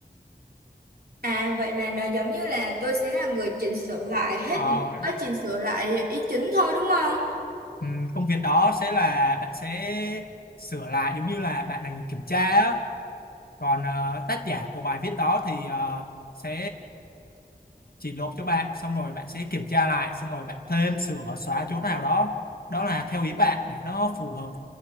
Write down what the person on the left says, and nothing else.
Ờ,
Ừm, công việc đó sẽ là bạn sẽ sửa lại giống như là bạn là người kiểm tra á. Còn ờ, tác giả của bài viết đó thì ờ, sẽ chỉ nộp cho bạn xong rồi bạn sẽ kiểm tra lại xong rồi bạn thêm sửa xóa chỗ nào đó đó là theo ý bạn để nó phù hợp